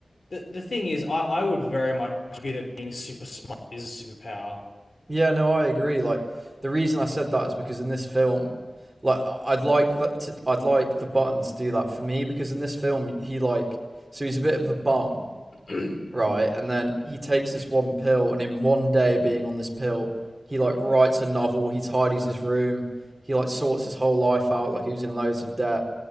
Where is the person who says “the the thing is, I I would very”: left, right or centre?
Left